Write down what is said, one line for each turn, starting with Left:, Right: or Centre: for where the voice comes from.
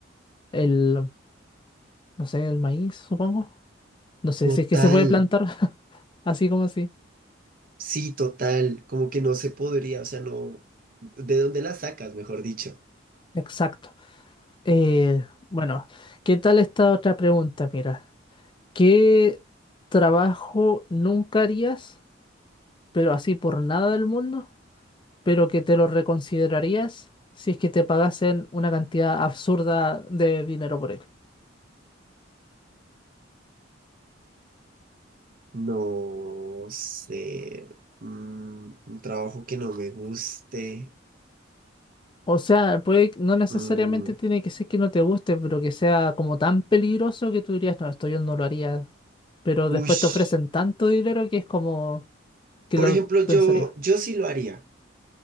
Left: el, no sé, el maíz, supongo. No sé
Right: Total,
Left: si es que se puede plantar <laughs> así como así.
Right: sí, total, como que no se podría, o sea, no, ¿de dónde las sacas, mejor dicho?
Left: Exacto. Eh, bueno, ¿qué tal esta otra pregunta? Mira, ¿qué trabajo nunca harías, pero así por nada del mundo, pero que te lo reconsiderarías si es que te pagasen una cantidad absurda de dinero por él?
Right: No sé, mm, un trabajo que no me guste.
Left: O sea, puede, no necesariamente
Right: mm,
Left: tiene que ser que no te guste, pero que sea como tan peligroso que tú dirías, no, esto yo no lo haría. Pero después
Right: ush.
Left: te ofrecen tanto dinero que es como... ¿Qué
Right: Por
Left: lo
Right: ejemplo,
Left: pensarías?
Right: yo, yo sí lo haría.